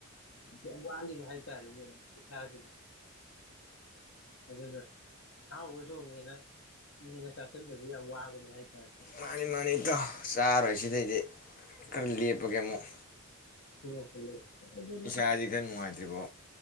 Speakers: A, on the left; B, on the left.
A: ꯌꯥꯝ ꯋꯥꯒꯤꯕ ꯍꯥꯏꯇꯥꯔꯦꯅꯦ ꯏꯁꯥꯖꯤꯗ ꯑꯗꯨꯅ ꯑꯍꯥꯎꯕ ꯊꯣꯡꯉꯦꯅ ꯍꯦꯟꯖꯤꯟꯅ ꯆꯥꯁꯤꯟꯕꯗꯤ ꯌꯥꯝꯅ ꯋꯥꯕꯅꯤ ꯍꯥꯏꯇꯥꯔꯦ
B: ꯃꯥꯅꯤ ꯃꯥꯅꯤ ꯏꯇꯥꯎ ꯆꯥꯔꯣꯏ ꯁꯤꯗꯩꯗꯤ ꯈꯔ ꯂꯦꯞꯄꯒꯦ ꯑꯃꯨꯛ
A: ꯂꯦꯞꯄꯣ ꯂꯦꯞꯄꯣ ꯀꯩꯗꯧꯗꯨꯢꯅꯣ
B: ꯏꯁꯥꯁꯤ
A: ꯑꯁ
B: ꯈꯔ ꯅꯨꯡꯉꯥꯏꯇ꯭ꯔꯤꯕꯣ